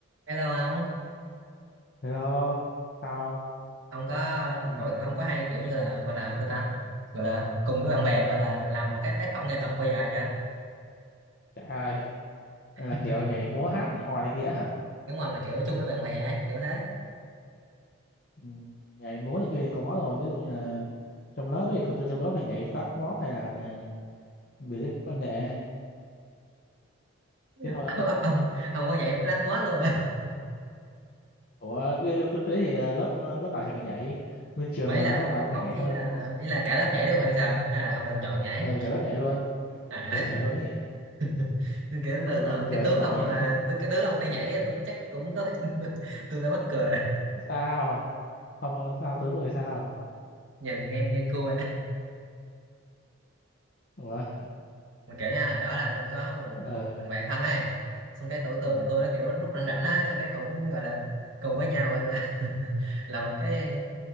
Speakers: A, on the right (about 65°); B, on the left (about 45°).
A: hello ông
B: Hello, sao không?
A: ông có
B: Nghe
A: tuổi
B: nè,
A: ông có hay kiểu như là gọi là sao ta gọi là cùng với bạn bè gọi là làm một cái tác phẩm nghệ thuật bao giờ chưa
B: trời ơi, đây là
A: <laughs>
B: kiểu nhảy múa hát hò này kia hả?
A: đúng rồi mà kiểu chung với bạn bè ấy kiểu thế
B: Ừ. Nhảy múa này kia thì có rồi, ví dụ như là trong lớp ấy, không trong lớp thì nhảy Fast Mob hay là biểu diễn văn nghệ,
A: <laughs>
B: thế thôi không?
A: ông ông, ông có nhảy flashmob luôn à
B: Ủa, cái, cái, cái đấy thì à, lớp lớp nào thì phải nhảy, nguyên trường
A: mấy
B: mà
A: là ông,
B: lớp nào cũng
A: ông
B: phải nhảy
A: ý
B: thôi
A: là
B: không?
A: ý là cả lớp nhảy luôn hay sao hay là ông được chọn nhảy
B: Ừ, cả lớp nhảy luôn,
A: à
B: cả lớp nhảy luôn ấy,
A: <laughs> nên kiểu tôi tưởng
B: tự nhiên
A: tượng
B: cười
A: cái tướng
B: ông nội,
A: ông mà tôi cái tướng ông đi nhảy tôi chắc cũng tôi <laughs> tôi, tôi đã mắc cười rồi
B: <laughs> sao? Không, không, sao tướng rồi sao?
A: nhìn ngang như cua
B: Ủa,
A: mà kiểu nha đó là tôi có một,
B: ờ,
A: một thằng bạn thân ấy xong cái tụi tôi
B: ừ.
A: tôi nó kiểu lúc rảnh rảnh á xong cái cũng gọi là cùng với nhau gọi là <laughs> là một cái